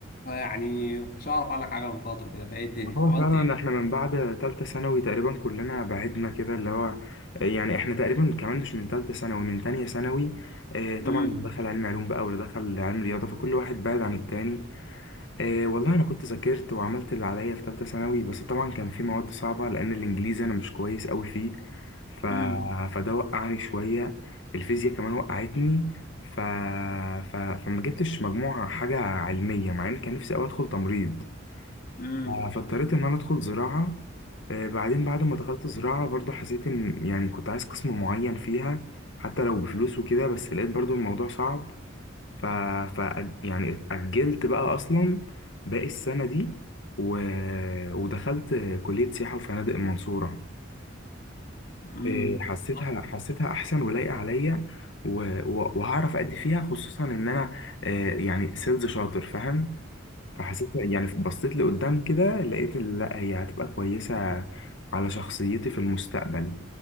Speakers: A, on the left; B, on the left.
A: أنا يعني ما كنتش أعرف عنك حاجة من فترة كده فإيه الدنيا
B: ما هو
A: عملت
B: فعلا
A: إيه؟
B: احنا من بعد تالتة ثانوي تقريبا كلنا بعدنا كده اللي هو يعني احنا تقريبا كمان مش من تالتة ثانوي من تانية ثانوي اه طبعا
A: امم
B: اللي دخل علم علوم بقى واللي دخل علم رياضة فكل واحد بعد عن التاني إيه والله انا كنت ذاكرت وعملت اللي عليا في ثالثه ثانوي بس طبعا كان في مواد صعبه لان الانجليزي انا مش كويس قوي فيه ف...
A: امم
B: فده وقعني شويه الفيزياء كمان وقعتني ف... ف... فما جبتش مجموعه حاجه علميه مع ان كان نفسي قوي ادخل تمريض
A: امم
B: ف- فاضطريت ان انا ادخل زراعه إيه بعدين بعد ما دخلت زراعه برضو حسيت ان يعني كنت عايز قسم معين فيها حتى لو بفلوس وكده بس لقيت برضو الموضوع صعب ف... ف يعني أجلت بقى أصلا باقي السنة دي و... ودخلت كلية سياحة وفنادق المنصورة
A: امم
B: إيه، حسيتها
A: والله
B: حسيتها أحسن ولايقة عليا و... و... وهعرف أدي فيها خصوصا إن أنا آه، يعني سيلز شاطر فاهم فحسيت يعني بصيت لقدام كده لقيت ال- لا هي هتبقى كويسة على شخصيتي في المستقبل